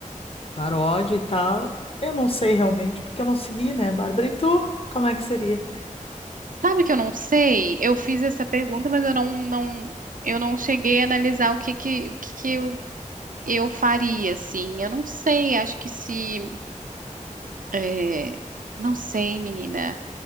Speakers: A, on the left; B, on the right.
A: paródia e tal. Eu não sei realmente, porque eu não segui, né, Bárbara? E tu? Como é que seria?
B: Sabe que eu não sei? Eu fiz essa pergunta, mas eu não, não, eu não cheguei a analisar o que que, o que que eu, eu faria, assim. Eu não sei, acho que se, é, não sei, menina.